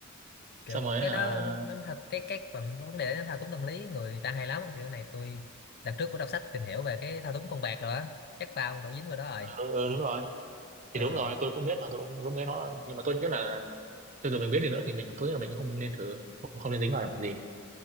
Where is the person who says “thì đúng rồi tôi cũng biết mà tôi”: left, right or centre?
Right